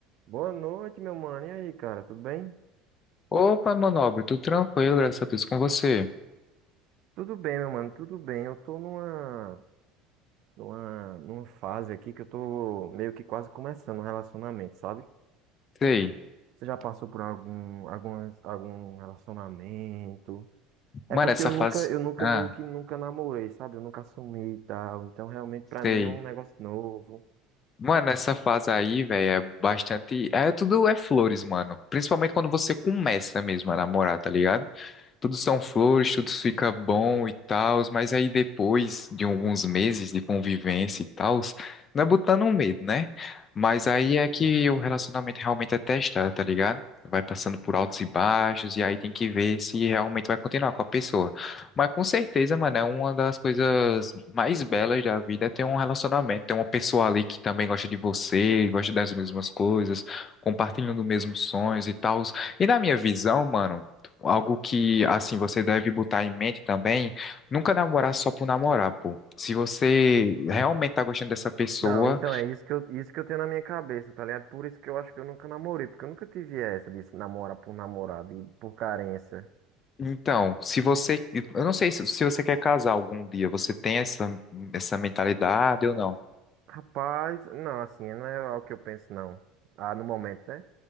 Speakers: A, on the right; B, on the left.
A: Boa noite, meu mano. E aí, cara, tudo bem?
B: Opa, meu nobre, tudo tranquilo, graças a Deus, com você.
A: Tudo bem, meu mano, tudo bem. Eu tô numa, numa, numa fase aqui que eu tô meio que quase começando um relacionamento, sabe?
B: Sei.
A: Você já passou por algum, algumas, algum relacionamento? É
B: Mano,
A: porque
B: essa
A: eu nunca,
B: fase.
A: eu nunca
B: Ah,
A: meio que nunca namorei, sabe? Eu nunca assumi e tal. Então, realmente, pra
B: sei.
A: mim é um negócio novo.
B: Mano, essa fase aí, velho, é bastante. É tudo é flores, mano. Principalmente quando você começa mesmo a namorar, tá ligado? tudo são flores, tudo fica bom e tal, mas aí depois de alguns meses de convivência e tal, não é botando um medo, né? Mas aí é que o relacionamento realmente é testado, tá ligado? Vai passando por altos e baixos, e aí tem que ver se realmente vai continuar com a pessoa. Mas com certeza, mano, é uma das coisas mais belas da vida é ter um relacionamento, ter uma pessoa ali que também gosta de você, gosta das mesmas coisas, compartilhando os mesmos sonhos e tal. E na minha visão, mano, Algo que, assim, você deve botar em mente também, nunca namorar só por namorar, pô. Se você realmente tá gostando dessa pessoa,
A: Não, então é isso que eu, isso que eu tenho na minha cabeça, tá ligado? Por isso que eu acho que eu nunca namorei, porque eu nunca tive essa de se namorar por namorado e por carência.
B: então, se você, eu não sei se, se você quer casar algum dia, você tem essa, essa mentalidade ou não?
A: Rapaz, não, assim, não é algo que eu penso, não. Ah, no momento, né?